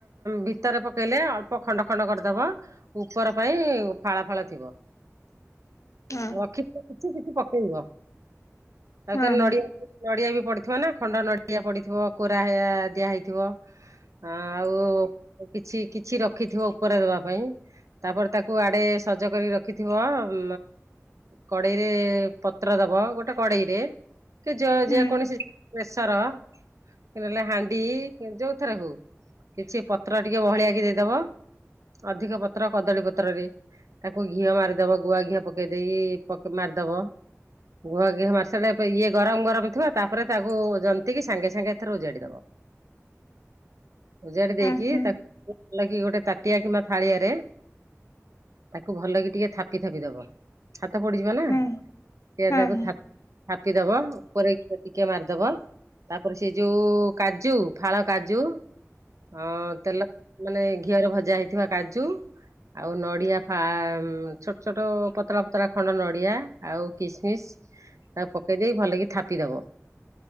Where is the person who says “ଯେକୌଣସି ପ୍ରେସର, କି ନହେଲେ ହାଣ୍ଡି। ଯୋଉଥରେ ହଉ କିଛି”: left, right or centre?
Right